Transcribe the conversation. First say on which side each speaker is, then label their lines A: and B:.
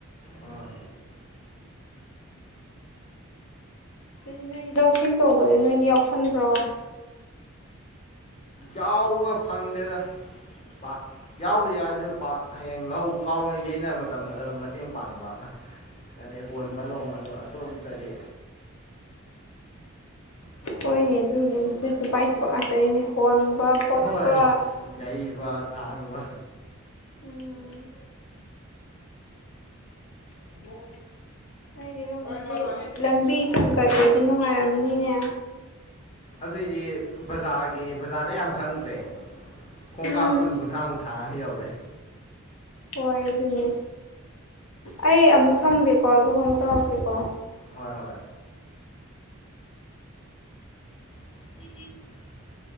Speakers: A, on the left (about 30°); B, on the left (about 75°).
A: ꯑꯥ
B: ꯑꯗꯨꯗꯤ ꯅꯣꯏꯗꯤ ꯂꯧꯁꯤꯡ ꯇꯧꯕꯗ ꯅꯣꯏꯗꯤ ꯌꯥꯎꯁꯟꯕ꯭ꯔꯣ
A: ꯌꯥꯎꯕ ꯐꯪꯗꯦꯗ ꯄꯥꯛ ꯌꯥꯎꯕꯗꯤ ꯌꯥꯎꯋꯦꯁꯨ ꯄꯥꯛ ꯍꯌꯦꯡ ꯂꯧ ꯈꯥꯎꯕꯗ ꯌꯩꯅꯕ ꯃꯇꯝꯗ ꯑꯝ ꯃꯇꯦꯡ ꯄꯥꯡꯕ ꯑꯗꯩ ꯍꯣꯟꯕ
B: ꯎꯝ
A: ꯅꯣꯡ ꯑꯗ ꯑꯇꯣꯞꯄꯇꯗꯤ ꯇꯧꯗꯦ
B: ꯍꯣꯏꯅꯦ ꯑꯗꯨꯕꯨꯗꯤ ꯅꯨꯄꯥꯏ ꯊꯕꯛ ꯉꯛꯇꯅꯤꯅꯦ ꯍꯣꯟꯕ ꯈꯣꯠꯄ
A: ꯍꯣꯏ ꯌꯩꯕ ꯊꯥꯡꯕ
B: ꯎꯝ <unintelligible> ꯑꯩꯗꯤ ꯅꯣꯡꯃꯗꯤ ꯂꯝꯕꯤ ꯊꯣꯡ ꯀꯩꯀꯩꯗꯤ ꯅꯨꯡꯉꯥꯏꯔꯝꯅꯤꯅꯦ
A: ꯑꯗꯨꯏꯗꯤ ꯕꯖꯥꯔꯒꯤ ꯕꯖꯥꯔꯗ ꯌꯥꯝ ꯆꯪꯗ꯭ꯔꯦ ꯈꯣꯡꯀꯥꯞ
B: ꯎꯝ
A: ꯀꯨꯟ ꯀꯨꯟꯊ꯭ꯔꯥꯃꯨꯛ ꯊꯥꯡꯉꯥ ꯌꯧꯔꯦ
B: ꯍꯣꯏ ꯑꯗꯨꯅꯤ ꯑꯩ ꯑꯃꯨꯛ ꯊꯝꯒꯦꯀꯣ ꯑꯗꯨꯒ ꯑꯃꯨꯛ ꯇꯧꯔꯛꯀꯦꯀꯣ
A: ꯍꯣꯏ ꯍꯣꯏ <unintelligible>